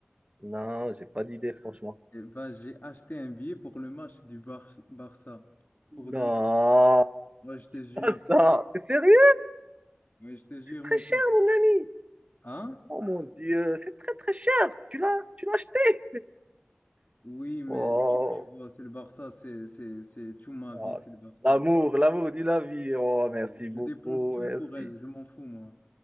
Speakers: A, on the right; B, on the left.
A: Non, j'ai pas d'idée, franchement.
B: Eh ben, j'ai acheté un billet pour le match du Bar- Barça pour demain.
A: Non,
B: Moi je te jure.
A: pas ça. T'es sérieux?
B: Ouais, je te jure,
A: C'est très
B: mon
A: cher,
B: pote.
A: mon ami.
B: Hein?
A: Oh mon Dieu, c'est très très cher. Tu l'as, tu l'as acheté.
B: Oui, mais
A: Oh,
B: tu, tu vois, c'est le Barça, c'est, c'est, c'est tout ma
A: ah,
B: vie, c'est le Barça.
A: l'amour, l'amour de la vie. Oh,
B: Oui,
A: merci beaucoup,
B: Je dépense tout
A: merci.
B: pour elle, je m'en fous, moi.